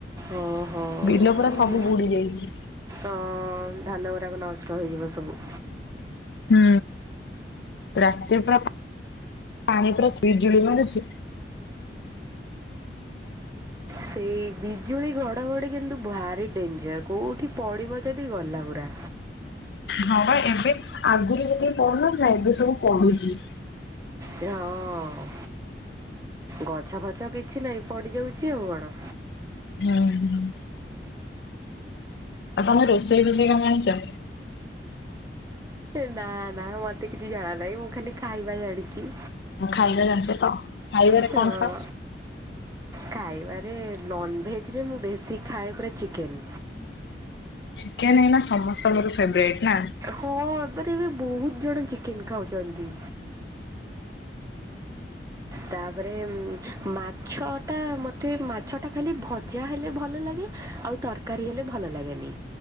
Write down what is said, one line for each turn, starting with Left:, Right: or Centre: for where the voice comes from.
Right: ଓହୋ
Left: ବିଲ
Right: ଉଁ।
Left: ପୁରା ସବୁ ବୁଡି ଯାଇଛି।
Right: ଅ ଧାନ ଗୁଡାକ ନଷ୍ଟ ହେଇଯିବ ସବୁ।
Left: ହୁଁ ରାତି ପୁରା ପାଣି ପୁରା ଜିଳି ଜିଳି ହୋଉଚି।
Right: ସେଇ ବିଜୁଳି ଘଡ଼ଘଡ଼ି କିନ୍ତୁ ଭାରି ଡେଞ୍ଜର କେଉଁଠି ପଡ଼ିବ ଯଦି ଗଲା ପୁରା।
Left: ହଁ ବା ଏବେ ଆଗରୁ ଯେତିକି ପଢୁନଥିଲା ଏବେ ସବୁ ପଡୁଚି।
Right: ହଁ ଗଛ ଫଛ କିଛି ନାଇଁ ପଡିଯାଉଛି ଆଉ କଣ?
Left: ହୁଁ ହୁଁ। ଆଉ ତମେ ରୋଷେଇ ଫୋଷେଇ କଣ ଜାଣିଚ?
Right: ନା ନା ମତେ କିଛି ଜଣା ନାହିଁ ମୁଁ ଖାଲି ଖାଇବା ଜାଣିଚି।
Left: ଖାଇବା ଜାଣିଚ ତ? ଖାଇବାରେ
Right: ହଁ।
Left: କଣ ଖାଅ?
Right: ଖାଇବାରେ ନନ୍‌ଭେଜରେ ମୁଁ ବେଶୀ ଖାଏ ପୁରା ଚିକେନ୍‌।
Left: ଚିକେନ୍‌ ଏଇନା ସମସ୍ତଙ୍କର ଫେବରାଇଟ୍ ନା।
Right: ହଁ ଏବେ ଟିକେ ବହୁତ ଜଣ ଚିକେନ୍ ଖାଉଛନ୍ତି। ତାପରେ ମା ଛଅ ଟା ମତେ ମାଛ ଟା ଖାଲି ଭଜା ହେଲେ ଭଲ ଲାଗେ ଆଉ ତର କାରୀ ହେଲେ ଭଲ ଲାଗେନି